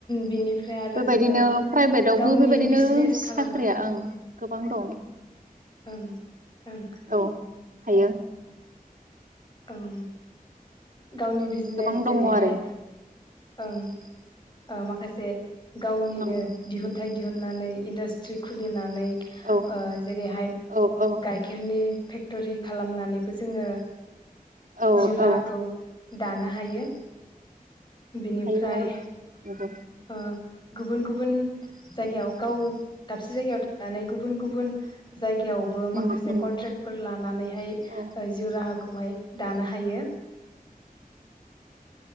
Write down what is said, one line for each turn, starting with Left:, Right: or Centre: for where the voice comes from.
Left: बेनिफ्राय आरो
Right: बेबायदिनो
Left: जोङो
Right: प्राइभेटआवबो
Left: गावनि
Right: बेबायदिनो
Left: बिजनेस खालामनानै
Right: साख्रिया ओं गोबां दं।
Left: ओं ओं
Right: औ हायो
Left: ओं गावनि बिजनेस
Right: गोबां
Left: जेरैहाय
Right: दङ आरो
Left: ओं ओ माखा खासे गावनिनो
Right: ओं
Left: दिहुनथाइ दिहुननानै इन्डास्ट्रि खुलिनानै
Right: औ
Left: ओ जेरैहाय
Right: औ औ
Left: गाइखेरनि फेक्टरि खालामनानैबो जोङो
Right: औ
Left: जिउ राहाखौ
Right: औ
Left: दानो हायो। बेनिफ्राय
Right: हायो औ नंगौ
Left: ओ गुबुन गुबुन जायगायाव गाव दाबसे जायगायाव थानानै गुबुन गुबुन जायगा यावबो
Right: उम
Left: माखासे
Right: उम
Left: कनट्रेक्फोर लानानैहाय
Right: औ
Left: जिउराहा खौहाय दानो हायो।